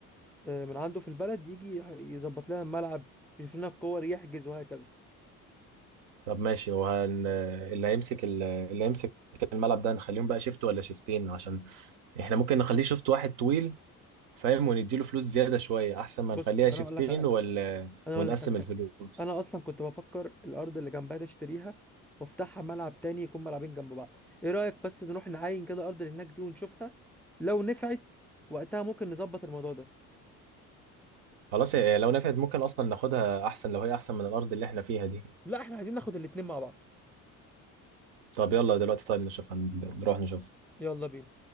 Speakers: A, in the centre; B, on the right.
A: آه، من عنده في البلد يجي يح- يظبط لنا الملعب يشوف لنا الكور يحجز وهكذا
B: طب ماشي وهن اللي هيمسك ال- اللي هيمسك الملعب ده نخليهم بقى شيفت ولا شيفتين عشان احنا ممكن نخليه شيفت واحد طويل فاهم ونديله فلوس زيادة شوية أحسن ما
A: بص
B: نخليها
A: انا
B: شيفتين
A: اقول لك على حاجه
B: ولا
A: انا
B: ونقسم
A: اقول لك على حاجه
B: الفلوس
A: انا اصلا كنت بفكر الارض اللي جنبها تشتريها وافتحها ملعب تاني يكون ملعبين جنب بعض ايه رايك بس نروح نعاين كده الارض اللي هناك دي ونشوفها لو نفعت وقتها ممكن نظبط الموضوع ده
B: خلاص إيه، لو نفعت ممكن أصلا ناخدها أحسن لو هي أحسن من الأرض اللي احنا فيها دي
A: لا احنا عايزين ناخد الاتنين مع بعض
B: طب يلا دلوقتي طيب نشوف هن- نروح نشوف
A: يلا بينا